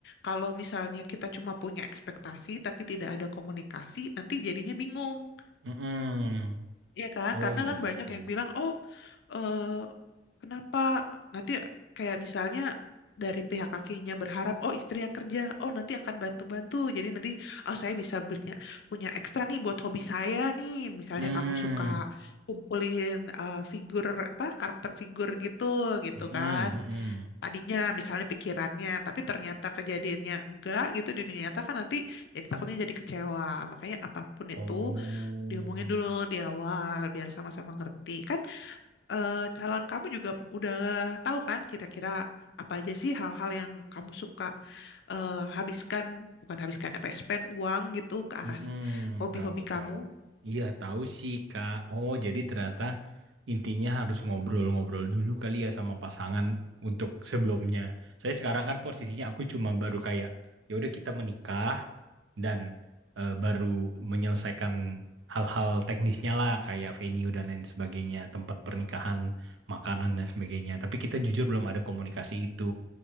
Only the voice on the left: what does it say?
kalau misalnya kita cuma punya ekspektasi tapi tidak ada komunikasi, nanti jadinya bingung.
Iya kan?
Karena
kan banyak yang bilang, "Oh, eh kenapa nanti kayak misalnya dari pihak kakinya berharap, oh istrinya kerja, oh nanti akan bantu-bantu, jadi nanti oh saya bisa belinya punya ekstra nih buat hobi saya nih, misalnya
kamu suka kumpulin eh, figur apa karakter figur gitu gitu
kan,
tadinya misalnya pikirannya, tapi ternyata kejadiannya enggak gitu di dunia nyata kan nanti jadi takutnya jadi kecewa, makanya apapun itu
diomongin dulu di awal biar sama-sama ngerti kan eh, calon kamu juga udah tahu kan kira-kira apa aja sih hal-hal yang kamu suka eh, habiskan, bukan habiskan apa ya, spend uang gitu ke arah
hobi-hobi
kamu.